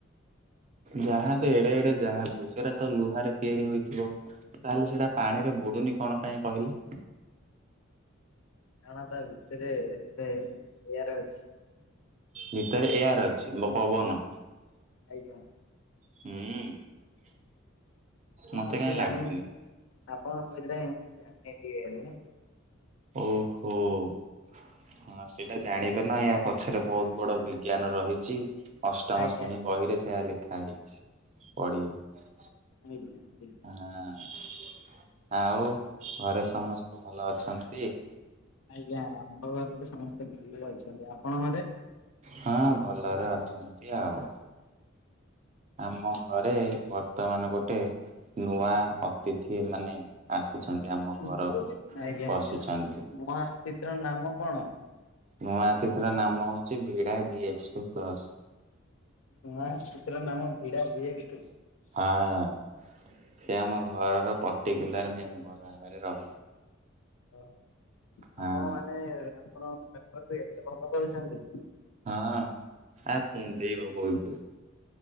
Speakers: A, on the right (about 35°); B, on the left (about 75°).
A: ଜାହଜ ଏଡେ ଏଡେ ଜାହଜ ସେରା ତ ଲୁହରେ ତିଆରି ହୋଇଥିବ ତାହେଲେ
B: ହଁ
A: ସେଇଟା ପାଣିରେ ବୁ ବୁଡୁନି କଣ ପାଇଁ କହିଲେ?
B: କାରଣ ତା ଭିତରେ ଏତେ ଏଆର ଅଛି।
A: ଭିତରେ ଏଆର ଅଛି ମୋ ପବନ
B: ଆଜ୍ଞା।
A: ହୁଁ।
B: ହଁ
A: ମତେ
B: ମୁଁ
A: କାହିଁ
B: ତ ଜାଣିନି
A: ଲାଗୁନି।
B: ଆପଣଙ୍କ କହିଥିଲେ ମୁଁ ତ ଜାଣିନି ଏତେ ଇଏରେ
A: ଓହୋ। ହଁ ଆଉ ସେଇଟା ଜାଣିବେନା ୟା ପଛରେ ବୋହୁତ ବଡ ବିଜ୍ଞାନ ରହିଚି ଅଷ୍ଟମ
B: ଆଜ୍ଞା
A: ଶ୍ରେଣୀ ବହିରେ ସେୟା ଲେଖାହେଇଚି। ପଢ଼ିବେ।
B: ଆଜ୍ଞା
A: ହଁ। ଆଉ ଘରେ ସମସ୍ତେ ଭଲ ଅଛନ୍ତି?
B: ଆଜ୍ଞା ଆମ୍ଭ ଘରେ ତ ସମସ୍ତେ ଭଲରେ ଅଛନ୍ତି ଆପଣ ଘରେ?
A: ହଁ ଭଲରେ ଅଛନ୍ତି ଆଉ। ଆମ ଘରେ ବର୍ତ୍ତମାନ ଗୋଟେ ନୂଆ ଅତିଥି ମାନେ ଆସିଛନ୍ତି ଆମ
B: କେନ୍ଦୁଲ
A: ଘରକୁ
B: ବିଲ? ଆଜ୍ଞା
A: ବଶିଛନ୍ତି।
B: ଆଜ୍ଞା ନୂଆ ଅତିଥିର ନାମ କଣ?
A: ନୂଆ କେତେଟା ନାମ ହୋଉଚି ଭିଡା ବି ଏଚ୍ ଟି ପ୍ଲସ୍।
B: ନ ଅତିଥି ର ନାମ ଭିଡା ଭି ଏସ୍ ଟି
A: ହଁ ସେ ଆମ ଘରର ପଟିକୁଲାର ମେମ୍ବର ଭାବରେ ରହିଲେ।
B: ହଁ।
A: ହଁ
B: ଆପଣମାନେ ଆପଣଙ୍କ ମେମ୍ବର ବି ଏତେ ଭଲ ପାଉଛନ୍ତି।
A: ହଁ ଆ କୁଣ୍ଢେଇବ ବୋହୁତୁ।